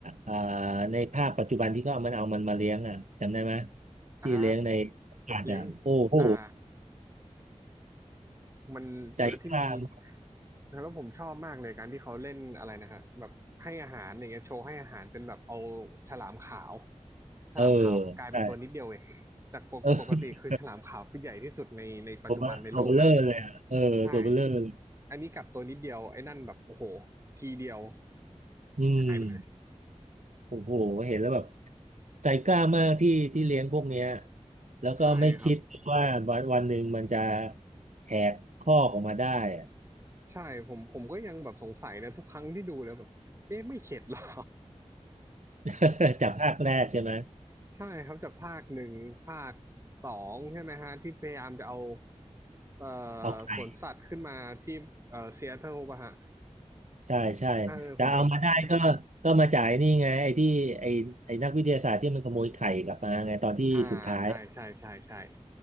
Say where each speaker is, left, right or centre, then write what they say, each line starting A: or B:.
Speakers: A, on the right; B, on the right.
A: อ่าในภาคปัจจุบันที่เขาเอามันเอามันมาเลี้ยงอ่ะจำได้ไหม
B: อ่า
A: ที่เลี้ยงในอากาศอ่ะโอ้โห
B: เลี้ยงอ่ามันแล้วที่มี
A: ใจกล้ามาก
B: แล้วผมชอบมากเลยการที่เขาเล่นอะไรนะฮะแบบให้อาหารอย่างเงี้ยโชว์ให้อาหารเป็นแบบเอาฉลามขาวฉลามขาวกลายเป็นตัวนิดเดียวเอง
A: เออใช่
B: จากปกปกติคือฉลามขาวคือใหญ่ที่สุดในในปัจจุบันในโลกแหละ
A: เออ ตัวเบลตัวเบลเลอร์เลยอ่ะเออตัวเบลเลอร์เลย
B: ใช่อันนี้กลับตัวนิดเดียวไอ้นั่นแบบโอ้โหทีเดียว
A: อืม
B: หายไปเลย
A: โอ้โหเห็นแล้วแบบใจกล้ามากที่ที่เลี้ยงพวกเนี้ยแล้วก็ไม่คิดว่าวันวันหนึ่งมันจะ
B: ใช่ครับ
A: แหกข้อกออกมาได้อะ
B: ใช่ผมผมก็ยังแบบสงสัยนะทุกครั้งที่ดูแล้วแบบเอ๊ะไม่เข็ดหรอ
A: <laughs> จากภาคแรกใช่ไหม
B: ใช่ครับจากภาคหนึ่งภาคสองใช่ไหมฮะที่พยายามจะเอาเอ่อสวนสัตว์ขึ้นมาที่เอ่อซีแอตเทิลป่ะฮะ
A: เอาไข่ใช่ใช่แต่เอามาได้ก็ก็มาจ่ายนี่ไงไอ้ที่ไอ้ไอ้นักวิทยาศาสตร์ที่มันขโมยไข่กลับมาไงตอนที่สุดท้าย
B: เออผมแบบอ่าใช่ใช่ใช่ใช่